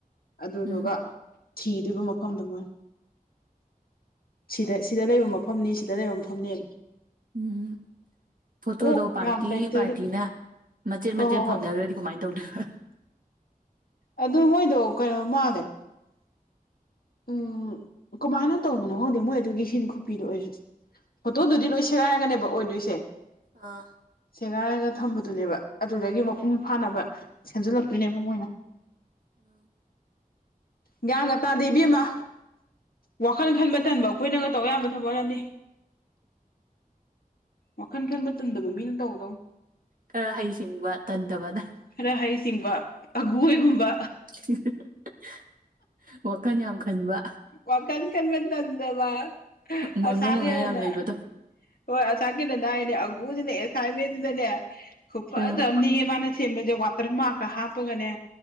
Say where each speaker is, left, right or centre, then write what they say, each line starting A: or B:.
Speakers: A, on the left; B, on the right.
A: ꯑꯗꯨꯗꯨꯒ
B: ꯎꯝ
A: ꯊꯤꯗꯣꯏꯕ ꯃꯐꯝꯗꯣ ꯃꯣꯏꯅ ꯁꯤꯗ ꯁꯤꯗ ꯂꯩꯕ ꯃꯐꯝꯅꯤ ꯁꯤꯗ ꯂꯩꯕ ꯃꯐꯝꯅꯦ
B: ꯎꯝ ꯐꯣꯇꯣꯗꯣ
A: ꯀꯣꯛ
B: ꯄꯥꯔꯇꯤ
A: ꯌꯥꯝ ꯂꯩꯇ꯭ꯔꯗꯤ
B: ꯄꯥꯔꯇꯤꯅ ꯃꯆꯦꯠ
A: ꯍꯣꯏ
B: ꯃꯆꯦꯠ
A: ꯍꯣꯏ ꯍꯣꯏ
B: ꯐꯪꯅ ꯗ꯭ꯔꯗꯤ ꯀꯃꯥꯏꯟ ꯇꯧꯗꯣꯏꯕ
A: ꯑꯗꯨ ꯃꯣꯏꯗꯣ ꯀꯩꯅꯣ ꯃꯥꯜꯂꯦ ꯎꯝ ꯀꯃꯥꯏꯅ ꯇꯧꯕꯅꯣ ꯈꯪꯗꯦ ꯃꯣꯏ ꯑꯗꯨꯒꯤ ꯍꯤꯟ ꯈꯨꯄꯤꯗꯣ ꯑꯩꯖꯨ ꯐꯣꯇꯣꯗꯨꯗꯤ ꯂꯣꯏ ꯁꯦꯒꯥꯏꯔꯒꯅꯦꯕ ꯑꯣꯏꯗꯣꯏꯁꯦ
B: ꯑꯥ
A: ꯁꯦꯒꯥꯏꯔꯒ ꯊꯝꯕꯗꯨꯅꯦꯕ ꯑꯗꯨꯗꯒꯤ ꯃꯄꯨꯡ ꯐꯥꯅꯕ ꯁꯦꯝꯖꯤꯜꯂꯛꯇꯣꯏꯅꯦꯕ ꯃꯣꯏꯅ
B: ꯑꯥꯡ
A: ꯒ꯭ꯌꯥꯟꯒ ꯇꯥꯗꯦ ꯏꯕꯦꯝꯃ ꯋꯥꯈꯜ ꯈꯟꯕ ꯇꯟꯕ ꯑ ꯈꯣꯏꯅꯒ ꯇꯧꯕ ꯌꯥꯕ ꯊꯕꯛ ꯅꯠꯇꯦ ꯋꯥꯈꯟ ꯈꯟꯕ ꯇꯟꯗꯕ ꯃꯤꯅ ꯇꯧꯒꯗꯧꯅꯤ
B: ꯈꯔ ꯍꯩꯁꯤꯡꯕ ꯇꯟꯗꯕꯅ
A: ꯈꯔ ꯍꯩꯁꯤꯡꯕ ꯑꯒꯨꯍꯣꯢꯒꯨꯝꯕ
B: <unintelligible> ꯋꯥꯈꯟ ꯌꯥꯝ ꯈꯟꯕ
A: ꯋꯥꯈꯟ ꯈꯟꯕ ꯇꯟꯗꯕ
B: ꯃꯪꯉ
A: ꯑꯁꯥꯀꯤꯔꯟꯅ
B: ꯃꯪꯉ ꯌꯥꯝ ꯂꯩꯕꯗꯣ
A: ꯍꯣꯏ ꯑꯁꯥꯀꯤꯔꯟꯗ ꯍꯥꯏꯅꯦ ꯑꯒꯨꯁꯤꯅ ꯑꯦꯁꯥꯏꯟꯃꯦꯟꯁꯤꯅꯅꯦ ꯈꯨꯐꯖ
B: ꯎꯝ
A: ꯑꯝꯅꯦꯑꯦ ꯃꯥꯅ ꯁꯦꯝꯕꯖꯦ ꯋꯥꯇꯔ ꯃꯥꯔꯛꯀ ꯍꯥꯞꯄꯒꯅꯦ